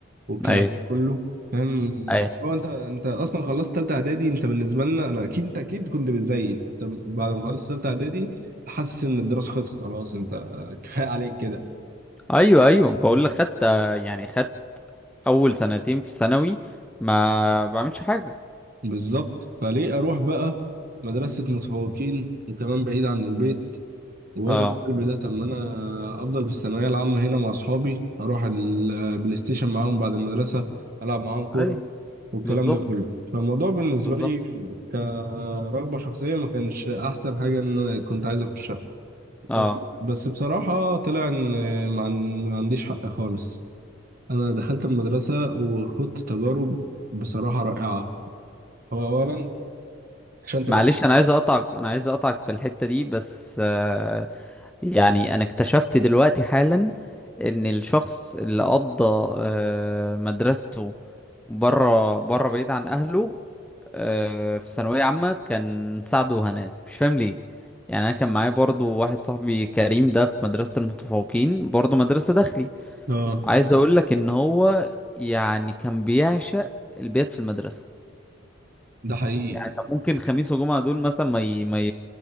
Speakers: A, on the right; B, in the centre.
A: والكلام
B: ايوه
A: كله فاهم
B: ايوه
A: لو انت انت اصلا خلصت ثالثه اعدادي انت بالنسبه لنا انا اكيد انت اكيد كنت زيي انت بعد ما خلصت ثالثه اعدادي حاسس ان الدراسه خلصت خلاص انت كفايه عليك
B: ايوه ايوه بقول
A: كده
B: لك خدت آه، يعني خدت اول سنتين في ثانوي ما بعملش حاجة
A: بالظبط فليه اروح بقى مدرسة متفوقين وكمان بعيد عن البيت ووجع
B: اه
A: القلب ده طب ما انا افضل في الثانوية العامة هنا مع اصحابي اروح البلاي ستيشن معاهم بعد المدرسة العب معاهم كورة
B: ايوه
A: والكلام
B: بالظبط
A: ده كله فالموضوع بالنسبة
B: بالظبط
A: لي كرغبة شخصية ما كانش احسن حاجة ان انا كنت عايز اخشها
B: اه
A: بس بس بصراحة طلع ان ما عن- ما عنديش حق خالص انا دخلت المدرسة وخدت تجارب بصراحة رائعة هو اولا عشان تبقى
B: معلش انا عايز اقطعك انا عايز اقطعك في الحتة دي بس آه، يعني انا اكتشفت دلوقتي حالا ان الشخص اللي قضى آه، مدرسته بره بره بعيد عن اهله آه، في ثانوية عامة كان سعد وهناء مش فاهم ليه يعني انا كان معايا برضو واحد صاحبي كريم ده في مدرسة المتفوقين برضو مدرسة داخلي
A: اه
B: عايز اقول لك ان هو يعني كان بيعشق البيت في المدرسة
A: ده حقيقي
B: يعني طب ممكن خميس وجمعة دول مثلا ما ي... ما ي...